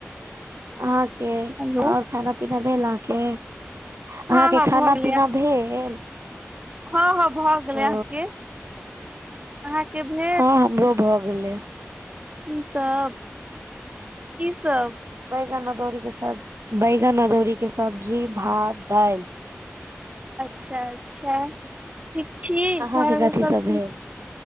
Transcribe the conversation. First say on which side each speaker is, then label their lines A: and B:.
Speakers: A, on the right; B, on the right.
A: अहाके
B: हेलो
A: और खाना पीना भेल आहाँके। अहाँके
B: हँ हँ
A: खाना
B: भऽ गेलै
A: पीना भेल।
B: हँ - हँ भऽ गेलै
A: ओ
B: अहाँके -अहाँके भेल।
A: हँ हमरो भऽ गेलै।
B: की सब - की सब।
A: बैगन अदौरी के सब्जी भात दाईल।
B: अच्छा - अच्छा ठीक छी, घरमे
A: अहाँके कथी
B: सभ
A: सब
B: ठीक।
A: भेल